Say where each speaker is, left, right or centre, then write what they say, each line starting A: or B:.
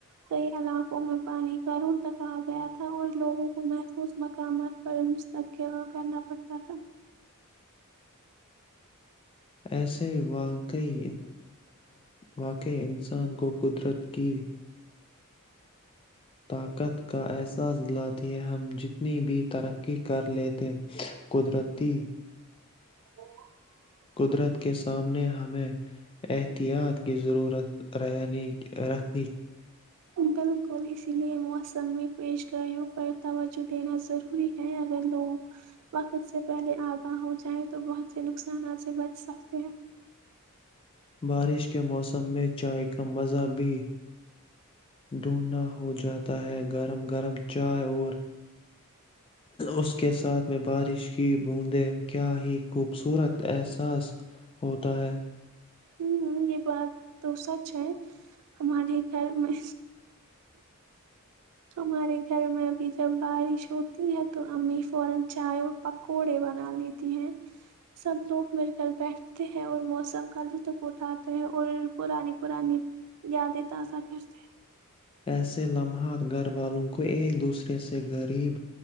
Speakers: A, on the right (about 80°); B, on the left (about 25°).
A: کئی علاقوں میں پانی کا رون تک آ گیا تھا اور لوگوں کو محفوظ مقامات پر مستقل کرنا پڑتا تھا
B: ایسے واقعی واقع انسان کو قدرت کی طاقت کا ایسا ضلع ہے ہم جتنی بھی ترقی کر لیتے قدرتی
A: <inaudible>
B: قدرت کے سامنے ہمیں احتیاط کی ضرورت رکھ
A: بالکل اسی لیے موسم میں پیش گاریوں پر توجہ دینا ضروری ہے اگر لوگ وقت سے پہلے آگاہ ہو جائیں تو بہت سے نقصانات سے بچ سکتے ہیں
B: بارش کے موسم میں چائے کا مزہ بھی ڈھونڈھنا ہو جاتا ہے گرم گرم چائے اور اس کے ساتھ میں بارش کی بوندیں کیا ہی خوبصورت احساس ہوتا ہے
A: ہوں یہ بات تو سچ ہے ہمارے گھر میں ہمارے گھر میں ابھی جب بارش ہوتی ہے تو ہمیں فورا چائے اور پکوڑے بنا لیتی ہے سب لوگ میرے گھر بیٹھتے ہیں اور موسم کا لطف اٹھاتے ہیں اور پرانی پرانی یاد تازہ کرتے
B: ایسے لمحات گھر والوں کو ایک دوسرے سے غریب